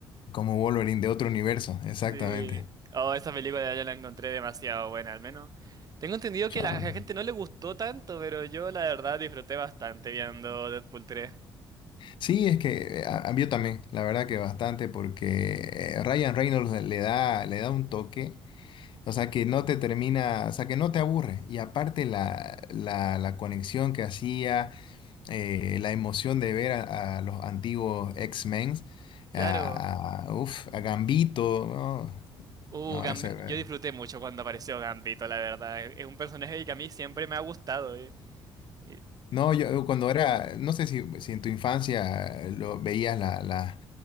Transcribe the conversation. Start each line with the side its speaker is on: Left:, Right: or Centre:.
Left: como Wolverine de otro universo, exactamente.
Right: Sí. Oh, esa película yo la encontré demasiado buena, al menos. Tengo entendido que
Left: O sea,
Right: a la gente no le gustó tanto, pero yo la verdad disfruté bastante viendo Deadpool 3.
Left: sí, es que eh, a, a- yo también, la verdad que bastante, porque eh, Ryan Reynolds le le da, le da un toque, o sea, que no te termina, o sea, que no te aburre. Y aparte la, la, la conexión que hacía eh, la emoción de ver a, a los antiguos X-Men,
Right: Claro.
Left: a, a- uf, a Gambito, ¿no?
Right: Uh,
Left: No,
Right: Gambi-
Left: ese era-
Right: yo disfruté mucho cuando apareció Gambito, la verdad. Es es un personaje que a mí siempre me ha gustado. eh. Y-
Left: no, yo cuando era, no sé si, si en tu infancia lo, veías la, la-